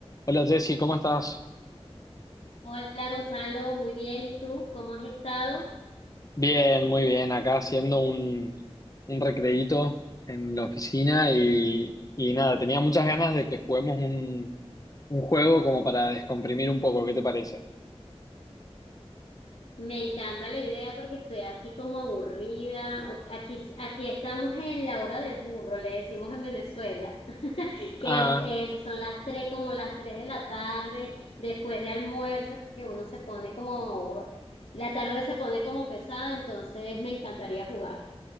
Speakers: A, on the left; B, on the left.
A: Hola Jessy, ¿cómo estás?
B: Hola Gonzalo, muy bien. ¿Y tú? ¿Cómo has estado?
A: Bien, muy bien. Acá haciendo un, un recreíto en la oficina y, y nada, tenía muchas ganas de que juguemos un, un juego como para descomprimir un poco. ¿Qué te parece?
B: Me encanta la idea porque estoy aquí como aburrida. o- Aquí, aquí estamos en la hora del burro, le decimos en Venezuela, <laughs> que
A: Ah,
B: es, eh, son las tres, como las tres de la tarde, después de almuerzo, que uno se pone como, la tarde se pone como pesada, entonces me encantaría jugar.